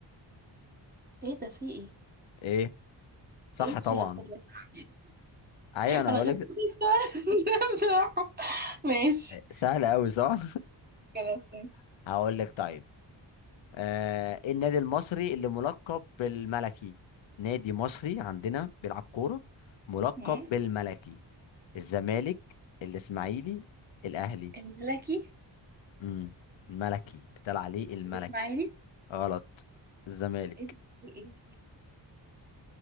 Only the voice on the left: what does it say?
ايه صح
طبعا
ايوه انا
بقول
لك
سهل قوي صح
<laughs> هقول لك طيب آه إيه النادي المصري اللي ملقب بالملكي نادي مصري عندنا بيلعب كورة ملقب
بالملكي الزمالك الاسماعيلي الاهلي
امم الملكي بيتقال عليه الملكي
غلط الزمالك